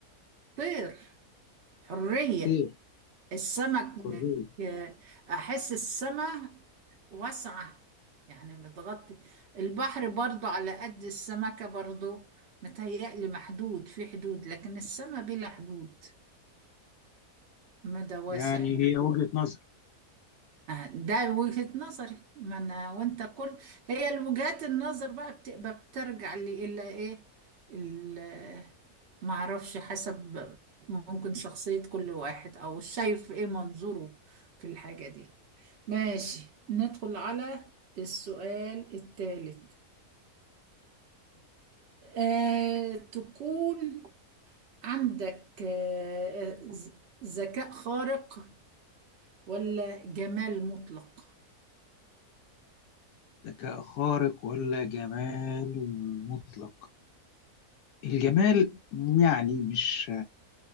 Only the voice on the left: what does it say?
طير
حرية
يعني
هي وجهة نظر
ذكاء خارق ولا جمال مطلق الجمال يعني مش